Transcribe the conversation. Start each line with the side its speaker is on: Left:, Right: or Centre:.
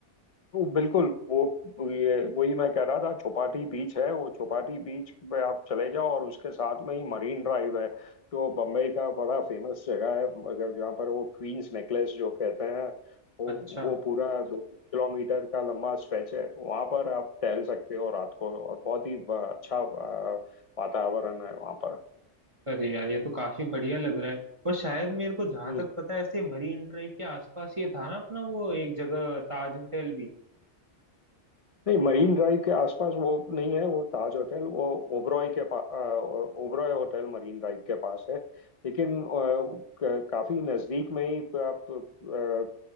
Left: वो बिल्कुल वो ये वही मैं कह रहा था चौपाटी बीच है वो चौपाटी बीच पे आप चले जाओ और उसके साथ में ही मरीन ड्राइव है जो बम्बई का बड़ा फेमस जगह है अगर जहाँ पर वो क्वींस नेकलेस जो कहते हैं वो
Right: अच्छा
Left: वो पूरा दो तीन किलोमीटर का लंबा स्ट्रेच है तो वहाँ पर आप टहल सकते हो रात को और बहुत ही अच्छा अ, वातावरण है वहाँ पर
Right: अरे यार ये तो काफी बढ़िया लग रहा है और शायद मेरे को जहां
Left: हम्म।
Right: तक पता है ऐसे मरीन ड्राइव के आसपास ये था ना अपना वो एक जगह ताज होटल भी
Left: नहीं मरीन ड्राइव के आसपास वो नहीं है वो ताज होटल वो ओबरॉय के पास ओबरॉय होटल मरीन ड्राइव के पास है लेकिन अ, क- काफी नजदीक में ही प- आप अ,